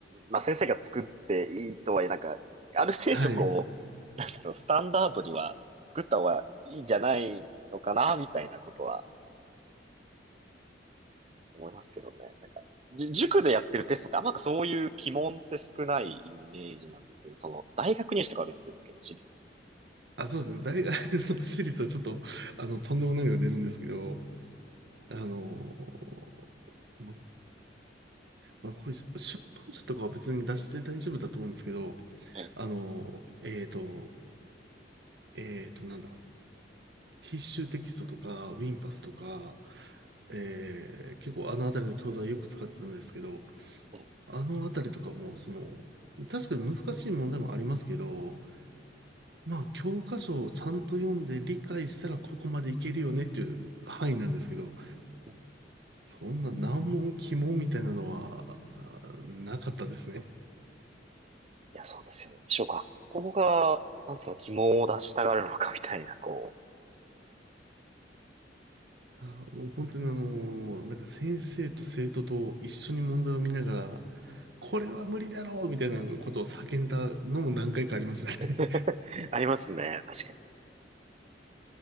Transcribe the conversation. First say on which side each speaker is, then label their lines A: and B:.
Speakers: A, on the right; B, on the right.
A: まあ、先生が作っていいとはいえ、なんか、ある程度こう、
B: はい。
A: なんだろう、スタンダードには作った方がいいんじゃないのかな、みたいなことは思いますけどね。なんか、じ塾でやってるテストってあんまなんかそういう鬼門って少ないイメージなんですけど、その、大学入試とかは別ですけど、私立。
B: あ、そうですね。大学の私立はちょっと、あの、とんでもないのが出るんですけど、あのーままあ、これ、出版社とかは別に出して大丈夫だと思うんですけど、
A: ええ、
B: あの、えーと、えーと、なんだ、必修テキストとか、ウィンパスとか、えー、結構あのあたりの教材よく使ってたんですけど、
A: え
B: あのあたりとかも、その、確かに難しい問題もありますけど、まあ、教科書をちゃんと読んで理解したらここまでいけるよねっていう範囲なんですけど、
A: えい
B: そんな難問、鬼門みたいなのは、あなかったですね。
A: や、そうですよね。むしろ学校が、なんでその鬼門を出したがるのかみたいな、こう、
B: あもう本当にあのなんか先生と生徒と一緒に問題を見ながら、これは無理だろうみたいなことを叫んだのも何回かありましたね。
A: <laughs> ありますね。確かに。